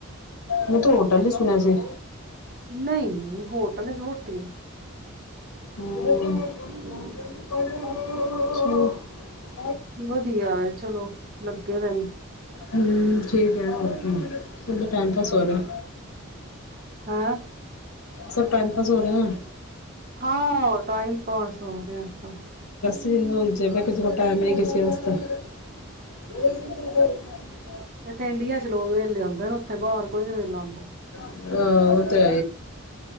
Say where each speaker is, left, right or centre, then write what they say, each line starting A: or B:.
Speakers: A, on the left (about 85°); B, on the right (about 40°).
A: ਮੈਂ ਤੂੰ ਹੋਟਲ ਹੀ ਸੁਣਿਆ ਸੀ
B: ਨਹੀਂ ਨਹੀਂ ਹੋਟਲ ਚ ਮੋਟੀ ਨੇ
A: ਹੁੰ।
B: ਹਮ
A: <unintelligible> <unintelligible>
B: ਵਧੀਆ ਵੇ ਚਲੋ ਲੱਗੇ ਰੇਨ।
A: ਹੁੰ, ਠੀਕ ਏ, ਓਕੇ, ਸਬ ਦਾ ਟਾਈਮ ਪਾਸ ਹੋ ਰਿਆ।
B: ਹਾਂ।
A: ਸਭ ਟਾਈਮ ਪਾਸ ਹੋ ਰਹੇ ਐ।
B: ਹਾਂ ਟਾਈਮ ਪਾਸ ਹੋ ਰਿਹਾ ਸ
A: <unintelligible> ਈਨੇ ਉਲਝੇ ਪਏ ਕਿਸੇ ਕੋਲ ਟਾਈਮ ਨੀ ਕਿਸੇ ਆਸਤੇ। <unintelligible>
B: ਤੇ ਇੰਡੀਆ ਚ ਲੋਕ ਵੇਲੇੇ ਹੁੰਦੇ ਨੇ ਉਥੇ ਤੇ ਬਾਹਰ ਕੋਈ ਨੀ ਵੇਲਾ ਹੁੰਦਾ।
A: <unintelligible> ਤੇ।